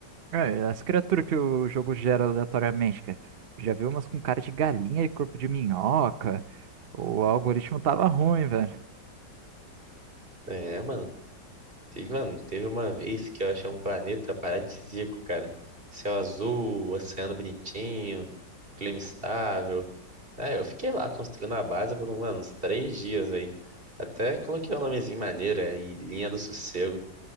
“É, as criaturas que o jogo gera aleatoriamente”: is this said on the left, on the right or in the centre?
Right